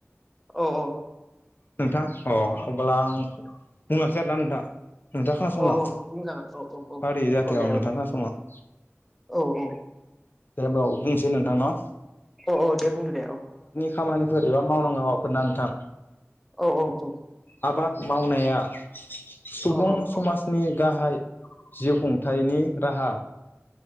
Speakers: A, in the centre; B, on the left (about 45°).
A: औ औ
B: नोंथां अ अब्ला आं बुंलांसै आरोना नोंथां। नोंथां खोनासंलां
A: औ बुंजागोन औ औ औ
B: हारि जाहाथेयाव
A: औ दे
B: नोंथाङा
A: औ
B: खोनासंलां
A: औ औ
B: दे अब्ला बुंनोसै नोंथां ना?
A: औ औ दे बुंदो दे औ
B: खामानिफोर एबा मावनांगौ हाबाफोर ना नोंथां?
A: औ औ औ
B: आबाद मावनाया सुबुं
A: औ
B: समाजनि
A: औ
B: गाहाय जिउ खुंथाइनि राहा